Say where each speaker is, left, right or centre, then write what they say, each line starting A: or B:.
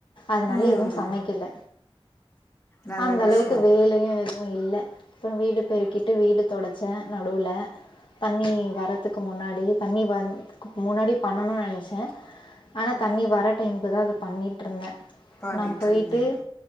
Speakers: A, on the left; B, on the left.
A: அதனால
B: ம்
A: எதுவு சமைக்கில
B: நல்ல
A: அந்த
B: விஷயம்
A: அளவுக்கு வேலையு யு இல்ல அப்றோ வீடு பெருக்கிட்டு வீடு தொடச்சே நடுவுல தண்ணி வரதுக்கு முன்னாடி தண்ணி வந் முன்னாடி பண்ணனு நெனச்சே ஆனா தண்ணி வர டைமுக்கு தா அத பண்ணிட்ருந்தே
B: பண்ணிட்டு
A: நா பொய்ட்டு
B: இருந்தீங்க